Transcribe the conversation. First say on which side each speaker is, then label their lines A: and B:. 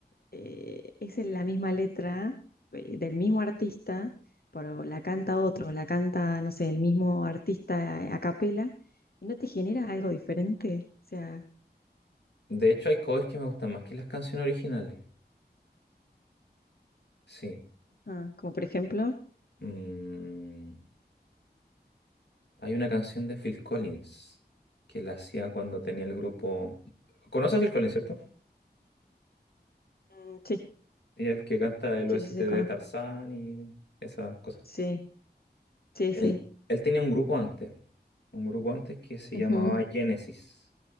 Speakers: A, on the left; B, on the left.
A: eh, es en la misma letra eh, del mismo artista, pero la canta otro, la canta, no sé, el mismo artista a, a capela, y no te genera algo diferente. O sea,
B: De hecho, hay covers que me gustan más que las canciones originales. Sí.
A: ajá, como por ejemplo,
B: Mm, hay una canción de Phil Collins que la hacía cuando tenía el grupo. ¿Conoces a Phil Collins, cierto?
A: mm, sí,
B: Ella es el que canta el
A: sí,
B: OST
A: sí, sí, conozco.
B: de Tarzán y esas cosas.
A: Sí, sí,
B: Él,
A: sí.
B: él tenía un grupo antes. Un grupo antes que se
A: ujú.
B: llamaba Genesis.